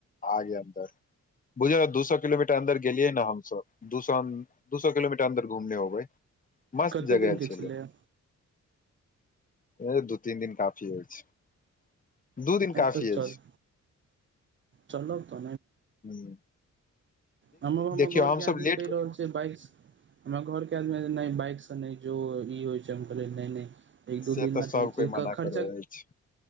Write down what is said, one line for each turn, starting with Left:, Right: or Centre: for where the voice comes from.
Left: आगे अन्दर बुझल ने दू सए किलोमीटर अन्दर गेलियै ने हमसब दू सए अ दू सए किलोमीटर अन्दर घुमने होबै मस्त
Right: कते
Left: जगह
Right: दिन के
Left: छै
Right: छलै
Left: ए दू तीन दिन काफी हो छै दू दिन
Right: चल
Left: काफी अछि
Right: चलब तऽ
Left: ह
Right: हम हमर
Left: देखियौ
Right: घर
Left: हमसभ
Right: के आदमी
Left: लेट
Right: कहि रहल छै से बाइक हमरा घरके आदमी नहि बाइकसँ नहि जो ई होइ छैम करै नहि नहि एक
Left: से
Right: दू दिन
Left: तऽ सभ
Right: नहि चाहै
Left: कोइ मना
Right: छ खर्चा
Left: करै अछि